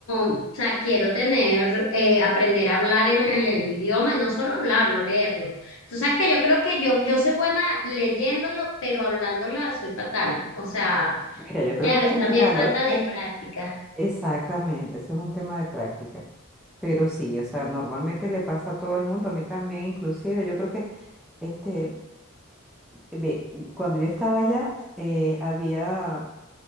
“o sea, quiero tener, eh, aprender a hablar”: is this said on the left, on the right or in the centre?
Left